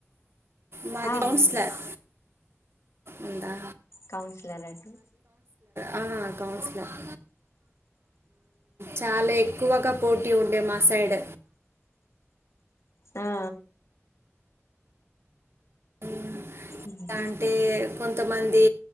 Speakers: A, on the right; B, on the left.
A: మాది
B: ఆ ఆ
A: కౌన్సిలర్
B: ఉంది
A: ఉందా
B: కౌన్సిలర్ అటు
A: అవునా కౌన్సిలరా చాలా ఎక్కువగా పోటీ ఉండే మా సైడ్
B: ఆ ఆ
A: ఎలా
B: ఉ
A: అంటే కొంతమంది